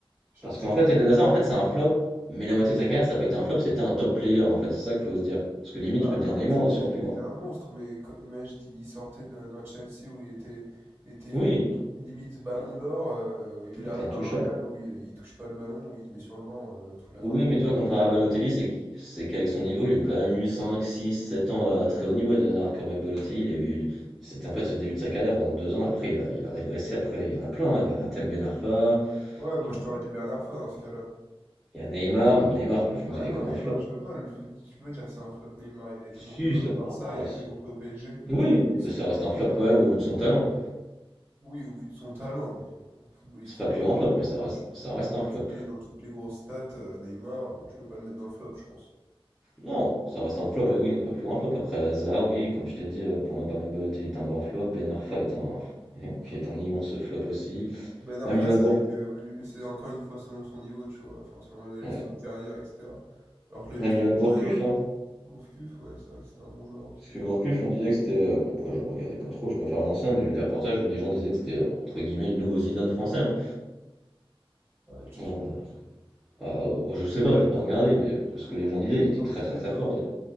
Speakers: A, on the right (about 25°); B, in the centre.
A: je,
B: Parce
A: je
B: qu'en
A: connais
B: fait,
A: bien.
B: Eden Hazard, en fait, c'est un flop, mais la moitié de sa carrière, ça a pas été un flop, c'était un top player, en fait, c'est ça qu'il faut se dire. Parce que limite,
A: Ah
B: tu peux
A: ouais,
B: te dire
A: non,
B: Neymar
A: mais c'est-
B: aussi en
A: ça
B: plus
A: a été
B: grand.
A: un monstre, mais quand- imagine, il sortait d'un d'un Chelsea où il était, il était
B: Oui,
A: limite ballon
B: hein,
A: d'or, euh, où
B: il
A: il arrive
B: était intouchable.
A: à un Real où il, il touche pas le ballon, où il est sur le banc euh, toute la
B: Oui,
A: fin de
B: mais toi,
A: sa
B: comparé à
A: carrière.
B: Balotelli, c'est qu- c'est qu'avec son niveau, il a eu quand même eu 5, 6, 7 ans à très haut niveau. Et Nazar, comme à Balotelli, il a eu. C'était en fait ce début de sa carrière pendant deux ans. Après, il a, il a régressé. Après, il y en a plein. hein. Il y a Atem Ben Arfa,
A: Ouais, moi
B: il
A: je
B: y a,
A: t'aurais dit Bernard Fan dans ce cas-là.
B: il y a Neymar. Même Neymar, tu peux le considérer
A: Ah non,
B: comme
A: Neymar,
B: un flop.
A: tu peux pas le... tu peux dire que c'est un flop Neymar. Il a été
B: Si,
A: montré
B: ça.
A: au Barça,
B: ah, ah,
A: il a été
B: c'est-
A: montré au PSG,
B: oui,
A: il
B: mais
A: s'est
B: ça
A: beaucoup
B: reste
A: blessé.
B: un flop quand même au vu de son talent.
A: Oui, au vu de son talent, mais euh, footballistiquement,
B: C'est pas le plus
A: c'est
B: grand
A: pas
B: flop,
A: un flop.
B: mais ça
A: hein.
B: reste,
A: Tu,
B: ça reste
A: tu vois
B: un flop.
A: qu'il est dans toutes les grosses stats, euh, Neymar, bon, tu peux pas le mettre dans le flop, je pense.
B: Non, ça reste un flop, mais oui, non, pas le plus grand flop. Après, Hazard, oui, comme je t'ai dit, euh, pour moi, Balotelli est un grand flop. Ben Arfa est un, est un immense flop aussi.
A: Ben Arfa,
B: Même Johan
A: c'est
B: Gour...
A: vrai que euh, ouais, lui, mais c'est encore une fois selon son niveau, tu vois, enfin, selon la
B: ouais.
A: gestion de carrière, etc. Alors que la
B: Même
A: gestion
B: Johan
A: de
B: Gourcuff,
A: carrière de
B: hein.
A: Gourcuff, ouais, c'est vrai que c'était un bon joueur aussi.
B: Parce que Gourcuff, on disait que c'était. euh, Bon, après, je regardais pas trop, je préfère l'ancien, mais j'ai vu des reportages où les gens disaient que c'était, entre guillemets, le nouveau Zidane français. hein.
A: Ouais, tu te
B: Et
A: trompes.
B: on a- Ah, oh, je sais pas, j'ai pas regardé, mais ce que les gens disaient, il était
A: Tant
B: très
A: qu'ils
B: très
A: disent,
B: très fort.
A: hein.
B: au dé-